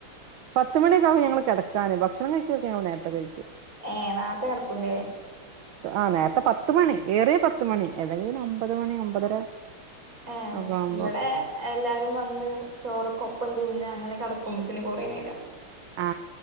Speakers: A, on the right; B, on the right.
A: പത്ത് മണിയൊക്കാവും ഞങ്ങള് കിടക്കാന് ഭക്ഷണം കഴിക്കൊക്കെ ഞങ്ങള് നേരത്തെ കഴിക്കു
B: ഏ നാർത്തെ കെടക്കും ല്ലെ
A: ആ നേരത്തെ പത്ത്മണി ഏറിയ പത്ത്മണി അല്ലെങ്കിൽ പിന്നെ ഒമ്പത് മണി ഒമ്പതര
B: ഏ
A: ഒക്കെ ആവുമ്പോ
B: ഇവിടെ എല്ലാരും വന്ന് ചോറൊക്കെ ഒപ്പം തിന്ന് അങ്ങനെ കടക്കുമ്പത്തിന് കൊറേ നേരാവും
A: ആ